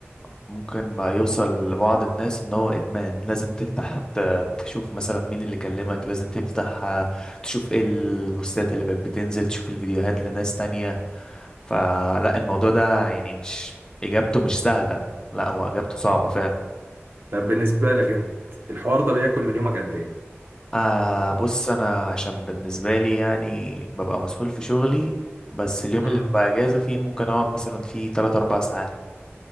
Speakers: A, on the left; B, on the right.
A: ممكن بقى يوصل لبعض الناس ان هو ادمان لازم تفتح ت- تشوف مثلا مين اللي كلمك لازم تفتح آه، تشوف ايه البوستات اللي بقت بتنزل تشوف الفيديوهات لناس تانية فلا الموضوع ده يعني مش اجابته مش سهلة لا هو اجابته صعبة فعلا
B: طب بالنسبة لك انت الحوار ده بياكل من يومك قد ايه
A: أه بص انا عشان بالنسبة لي يعني ببقى مسؤول في شغلي بس اليوم
B: امم
A: اللي ببقى اجازة فيه ممكن اقعد مثلا فيه 3 4 ساعات